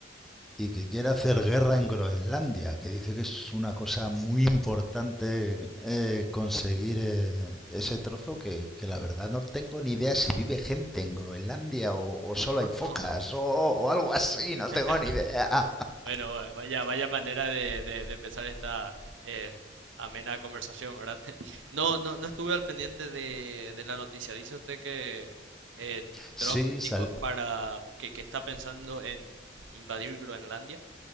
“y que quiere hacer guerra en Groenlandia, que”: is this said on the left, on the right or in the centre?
Centre